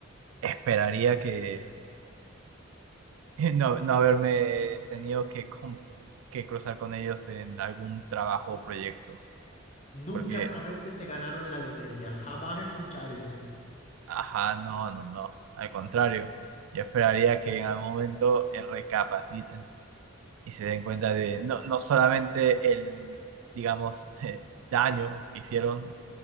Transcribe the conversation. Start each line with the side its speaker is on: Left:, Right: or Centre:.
Right: esperaría que <laughs> no, no haberme tenido que, com- que cruzar con ellos en algún trabajo o proyecto,
Left: Nunca
Right: porque
Left: saber que se ganaron la lotería, jamás escuchar eso.
Right: Ajá, no, no, no. Al contrario, yo esperaría que en algún momento eh, recapaciten y se den cuenta de no, no solamente el, digamos, <laughs> eh, daño que hicieron